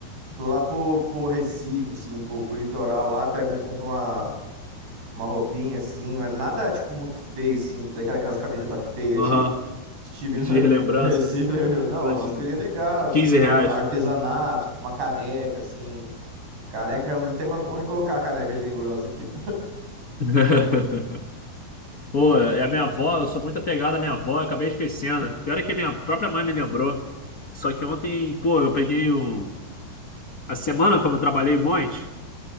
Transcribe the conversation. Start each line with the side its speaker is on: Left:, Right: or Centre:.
Right: Tô lá pro, pro Recife, assim, pro, pro litoral lá, pego, um- compro uma uma roupinha assim, mas nada tipo muito feio, assim, tá ligado? Aquelas camisetas feias
Left: Aham.
Right: de <laughs> estive
Left: de
Right: no,
Left: lembrança,
Right: no Recife, né? meu? Não,
Left: aquelas
Right: umas
Left: de
Right: coisinhas legais, assim,
Left: 15
Right: um
Left: reais.
Right: artesanato, uma caneca, assim. Caneca, eu não tem mais onde colocar a caneca de lembrança aqui. <laughs>
Left: <laughs> Pô, é a minha avó, eu sou muito apegado à minha avó, eu acabei esquecendo. Pior é que a minha própria mãe me lembrou. Só que ontem, pô, eu peguei um... A semana, como eu trabalhei um monte,